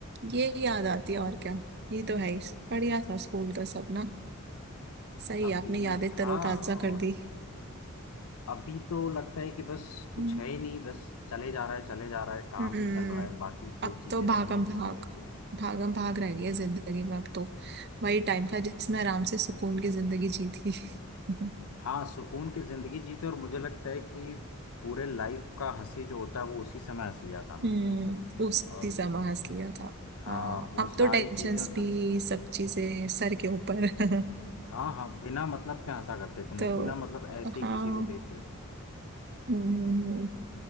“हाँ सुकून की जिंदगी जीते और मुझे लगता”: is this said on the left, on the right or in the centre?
Left